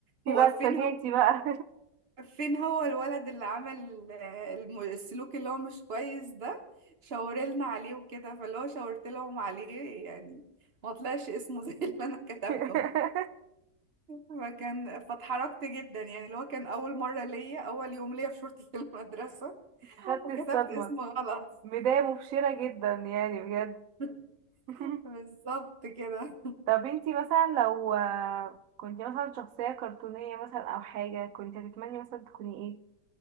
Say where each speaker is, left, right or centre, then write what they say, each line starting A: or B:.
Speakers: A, on the right (about 65°); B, on the right (about 40°).
A: دي
B: هو
A: بقى
B: فين
A: اتفاجئتي بقى
B: فين هو الولد اللي عمل آه، الم- السلوك اللي هو مش كويس ده شاورلنا
A: <laughs> مم.
B: عليه وكده فاللي هو شاورت لهم عليه يعني ما طلعش اسمه <laughs> زي اللي انا كتبته
A: <laughs>
B: فكان فاتحرجت جدا يعني اللي هو كان اول مره ليا اول يوم ليا في شورتي في المدرسه <laughs>
A: خدت
B: وكتبت
A: الصدمة
B: اسمه غلط
A: بداية مبشرة جدا يعني بجد
B: <laughs>
A: <laughs>
B: بالظبط كده
A: طب انتي مثلا لو آه، كنتي مثلا شخصية كرتونية مثلا او حاجة كنتي هتتمني مثلا تكوني ايه؟